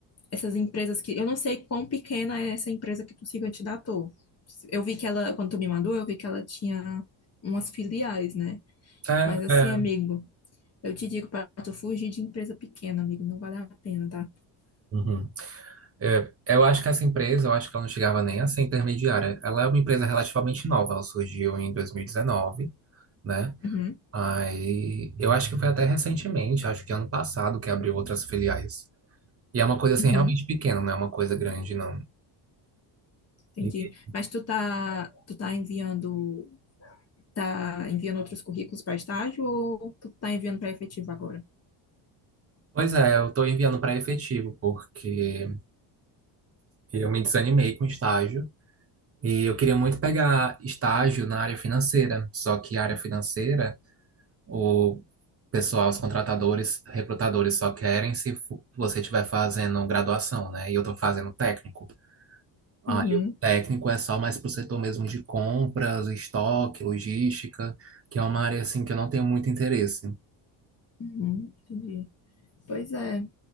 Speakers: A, on the left; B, on the right.
A: Essas empresas que. Eu não sei quão pequena é essa empresa que tu siga te dá ator. Eu vi que ela, quando tu me mandou, eu vi que ela tinha umas filiais, né?
B: É,
A: Mas assim,
B: é.
A: amigo, Eu te digo, para tu fugir de empresa pequena, amigo, não vale a pena, tá?
B: Uhum. É, eu acho que essa empresa, eu acho que ela não chegava nem a ser intermediária. Ela é uma empresa relativamente nova, ela surgiu em 2019 né?
A: Uhum,
B: Aí, eu acho que foi até recentemente, acho que ano passado, que abriu outras filiais. E é uma coisa assim
A: uhum,
B: realmente pequena, não é uma coisa grande, não.
A: entendi.
B: E,
A: Mas tu tá, tu tá enviando, tá enviando outros currículos para estágio ou tu tá enviando para efetivo agora?
B: pois é, eu tô enviando para efetivo, porque eu me desanimei com estágio e eu queria muito pegar estágio na área financeira, só que a área financeira, o pessoal, os contratadores, recrutadores só querem se fu- você estiver fazendo graduação, né? E eu tô fazendo técnico. Aí
A: Uhum,
B: o técnico é só mais para o setor mesmo de compras, estoque, logística, que é uma área assim que eu não tenho muito interesse.
A: uhum, entendi. Pois é,